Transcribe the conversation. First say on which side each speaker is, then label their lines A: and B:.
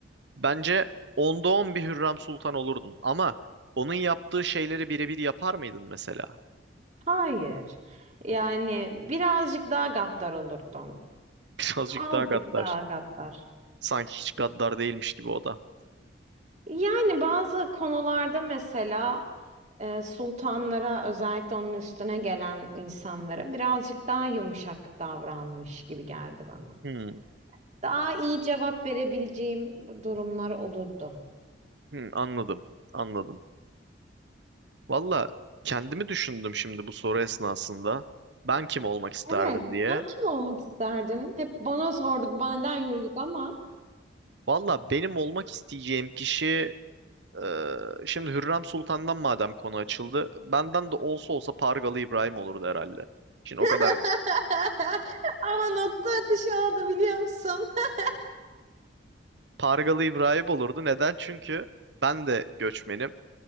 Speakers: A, on the right; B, on the right.
A: Bence onda on bir Hürrem Sultan olurdun. Ama onun yaptığı şeyleri birebir yapar mıydın mesela?
B: Hayır. Yani birazcık daha gaddar olurdum.
A: <laughs> Birazcık
B: Azıcık
A: daha gaddar.
B: daha gaddar.
A: Sanki hiç gaddar değilmiş gibi o da.
B: Yani bazı konularda mesela e, sultanlara özellikle onun üstüne gelen insanlara birazcık daha yumuşak davranmış gibi geldi bana.
A: Hmm,
B: Daha iyi cevap verebileceğim durumlar olurdu.
A: hmm, anladım. Anladım. Valla kendimi düşündüm şimdi bu soru esnasında. Ben kim olmak isterdim
B: Evet.
A: diye.
B: Sen kim olmak isterdin? Hep bana sorduk, benden yürüdük ama.
A: Valla benim olmak isteyeceğim kişi eee, şimdi Hürrem Sultan'dan madem konu açıldı. Benden de olsa olsa Pargalı İbrahim olurdu herhalde. Şimdi
B: <laughs>
A: o kadar
B: Ama nokta atışı oldu biliyor musun? <laughs>
A: Pargalı İbrahim olurdu. Neden? Çünkü ben de göçmenim.